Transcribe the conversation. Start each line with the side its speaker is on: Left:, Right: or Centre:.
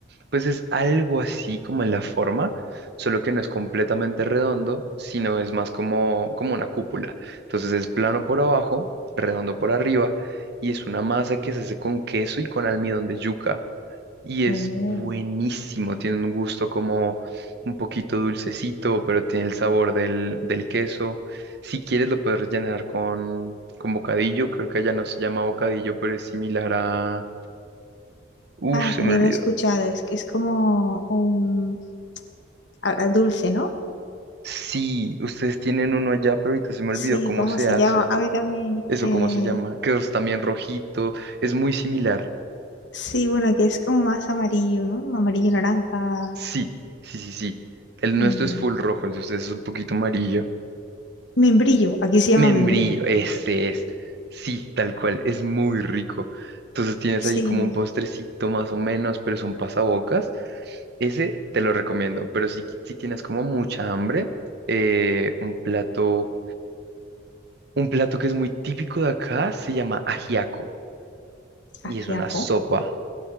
Right: Pues es algo así como en la forma, solo que no es completamente redondo, sino es más como, como una cúpula. Entonces es plano por abajo, redondo por arriba, y es una masa que se hace con queso y con almidón de yuca. y es
Left: Oh,
Right: buenísimo. Tiene un gusto como un poquito dulcecito, pero tiene el sabor del, del queso. Si quieres, lo puedes rellenar con, con bocadillo. Creo que allá no se llama bocadillo, pero es similar a... Uf,
Left: Ah,
Right: se
Left: yo
Right: me olvidó.
Left: lo he escuchado, es que es como un a- a dulce, ¿no?
Right: Sí, ustedes tienen uno allá, pero ahorita se me
Left: Sí,
Right: olvidó cómo
Left: como
Right: se
Left: se
Right: hace.
Left: llama? A mí también.
Right: Eso,
Left: eh,
Right: ¿cómo se llama? Que es también rojito. Es muy similar.
Left: sí, bueno, que es como más amarillo, ¿no? Amarillo, naranja.
Right: Sí, sí, sí, sí. El
Left: mm,
Right: nuestro es full rojo, el de ustedes es un poquito amarillo.
Left: membrillo, aquí se llama
Right: Membrillo,
Left: membrillo.
Right: ese es. Sí, tal cual, es muy rico. Entonces tienes
Left: Sí,
Right: ahí como un postrecito más o menos, pero son pasabocas. Ese te lo recomiendo, pero si, si tienes como mucha hambre, eh, un plato, un plato que es muy típico de acá se llama ajiaco y
Left: ajiaco.
Right: es una sopa.